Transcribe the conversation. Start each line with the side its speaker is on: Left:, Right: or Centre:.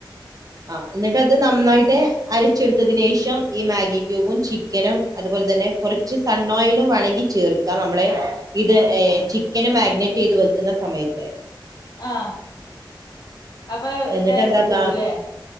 Right: ആ എന്നിട്ട് അത് നന്നായിട്ട് അരച്ചെടുത്തതിനനേഷം ഈ മാഗി ക്യൂബും ചി- ചിക്കനും അതുപോലെ തന്നെ കുറച്ച് സണ് ഓയലും വേണങ്കിൽ ചേർക്കാം നമ്മളെ ഇത് ഏ ചിക്കൻ നെ മാഗ്നേറ്റ യ്ത് വെക്കുന്ന സമയത്ത്
Left: ആഹ് അപ്പൊ
Right: എന്നിട്ട്
Left: ടേസ്റ്റ്
Right: എന്താക്കാം
Left: കൂടുലെ!